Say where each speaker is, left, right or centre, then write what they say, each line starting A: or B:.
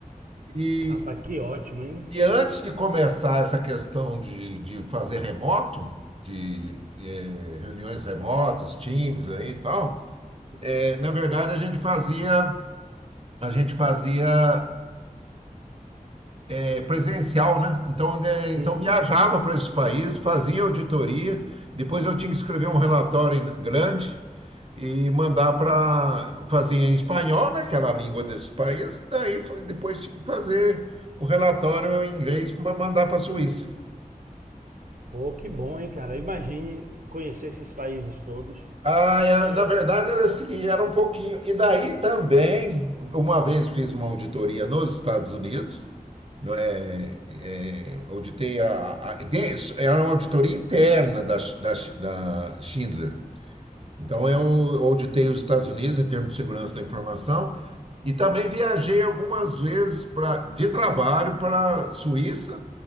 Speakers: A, on the right; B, on the right.
A: E,
B: Rapaz, que ótimo, hein?
A: e antes de começar essa questão de, de fazer remoto, de eh, reuniões remotas, Teams aí e tal, eh, na verdade a gente fazia a gente fazia eh, presencial, né? Então, né, então
B: Uhum.
A: viajava para esses países, fazia auditoria, depois eu tinha que escrever um relatório grande e mandar para fazer em espanhol, né, aquela língua desses países, e daí foi- depois tinha que fazer o relatório em inglês para mandar para a Suíça.
B: Pô, que bom, hein, cara? Imagine conhecer esses países todos.
A: Ah, é,
B: E-
A: na verdade era o seguinte, era um pouquinho. E daí também, uma vez fiz uma auditoria nos Estados Unidos, no- é, é, auditei a, a- de- era uma auditoria interna da, Sch- da, Sch- da Schindler. Então, eu auditei os Estados Unidos em termos de segurança da informação e também viajei algumas vezes pra, de trabalho para a Suíça,